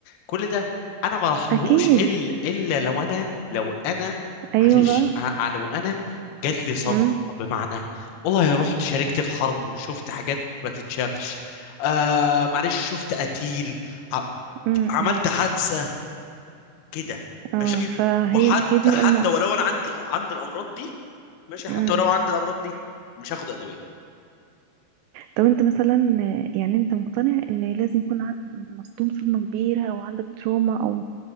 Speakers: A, on the left (about 70°); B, on the right (about 85°).
A: كل ده انا ما راحلهوش
B: اكيد
A: الا الا لو انا لو انا
B: ايوه
A: معلش
B: بقى
A: أ- أ- لو انا جات لي صدمه
B: امم
A: بمعنى والله رحت شاركت في حرب وشفت حاجات ما تتشافش آه معلش شفت قتيل ع-
B: امم
A: عملت
B: أمم.
A: حادثة كده
B: اه
A: ماشي
B: فهي
A: وحتى
B: هي دي
A: حتى
B: بقى المو
A: ولو انا عندي عندي الامراض دي ماشي حتى
B: امم
A: ولو عندي الامراض دي مش هاخد ادوية
B: طب انت مثلا آه، يعني انت مقتنع ان لازم يكون عن- مصدوم صدمة كبيرة او عندك تروما او